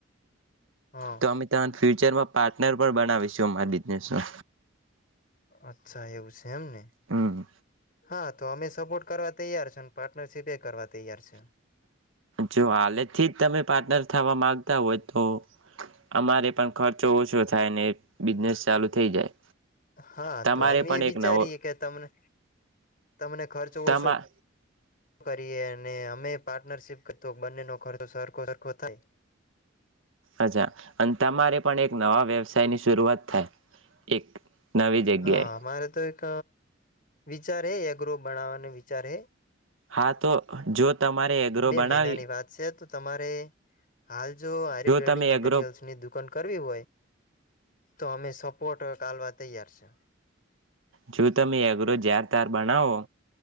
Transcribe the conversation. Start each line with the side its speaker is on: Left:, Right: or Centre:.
Left: હા
Right: તો અમે તમને ફ્યુચરમાં પાર્ટનર પણ બનાવીશું અમારા બિઝનેસનો
Left: અચ્છા એવું છે એમને
Right: હમ
Left: હા તો અમે સપોટ કરવા તૈયાર છે ને પાર્ટનરશિપ એ કરવા તૈયાર છે
Right: જો હાલે થી તમે પાર્ટનર થવા માગતા હોય તો અમારે પણ ખર્ચો ઓછો થાય ને બિઝનેસ ચાલુ થઈ જાય
Left: હા
Right: તમારે
Left: તો અમે
Right: પણ એક
Left: વિચારીએ
Right: નવો
Left: કે તમને તમને ખર્ચો
Right: તમા
Left: ઓછો કરીએ અને અમે પાર્ટનરશિપ કર બંનેનો ખર્ચો સરખો સરખો થાય
Right: અચ્છા અને તમારે પણ એક નવા વ્યવસાયની શરૂઆત થાય એક નવી જગ્યાએ
Left: હા અમારે તો એક વિચાર હે એગ્રો બનાવાની વિચાર હ
Right: હા તો જો તમારે એગ્રો
Left: બે
Right: બનાવી
Left: મહિનાની વાત છે તો તમારે હાલ જો હારે બિલ્ડીંગ
Right: તમે
Left: મટીરિયલ્સની
Right: એગ્રો
Left: દુકાન કરવી હોય તો અમે સપોર્ટ કાલવા તૈયાર છે
Right: જો તમે એગ્રો જાર તાર બનાવો